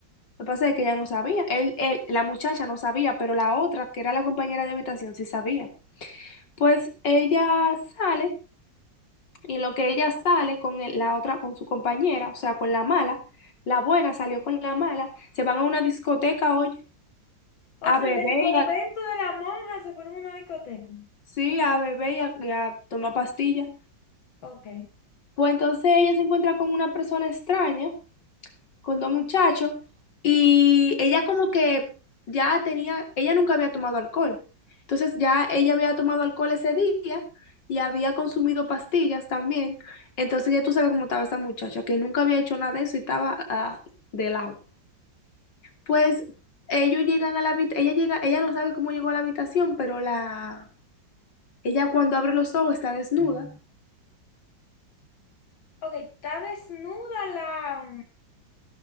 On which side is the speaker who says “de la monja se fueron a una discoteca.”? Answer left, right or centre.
Left